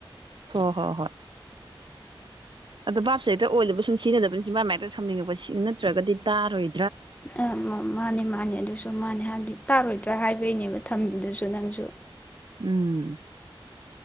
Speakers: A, on the right (about 60°); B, on the left (about 15°).
A: ꯍꯣ ꯍꯣ ꯍꯣꯏ ꯑꯗꯣ ꯕꯥꯞꯁꯤ ꯍꯦꯛꯇ ꯑꯣꯏꯗꯕ ꯁꯨꯝ ꯁꯤꯖꯤꯟꯅꯗꯕꯅꯤ ꯆꯤꯟꯕꯥꯟ ꯃꯥꯌꯥꯗ ꯁꯝꯅꯤꯡꯉꯛꯄ ꯁꯤ ꯅꯠꯇ꯭ꯔꯒꯗꯤ ꯇꯥꯔꯣꯏ
B: ꯑ ꯃꯥꯅꯦ ꯃꯥꯅꯦ ꯑꯗꯨꯁꯨ ꯃꯥꯅꯦ ꯍꯥꯏꯕꯗꯤ ꯇꯥꯔꯣꯏꯗ꯭ꯔꯥ ꯍꯥꯏꯕꯒꯤꯅꯦꯕ ꯊꯝꯃꯤꯗꯨꯁꯨ ꯅꯪꯁꯨ
A: ꯎꯝ